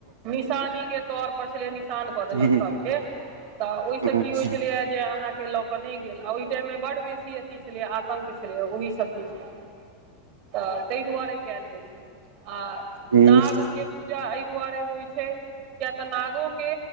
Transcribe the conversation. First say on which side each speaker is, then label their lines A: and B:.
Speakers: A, on the right; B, on the right.
A: निशानी के तौर पर छलैया निशान कऽ
B: हूँ
A: देलक सब के, तऽ ओहिसे
B: अच्छा
A: की होइ छलैया जे अहाँके ल क नहि गेल आ, ओहि टाइम मे बड बेसी अथी छलैेया आतंक छलैेया, ओहि सभ चीजके तऽ ताहि दुआरे कयल गेल छै, आ
B: हूँ
A: नाग के पूजा एहि दुआरे होइ छै, किया तऽ, नागो के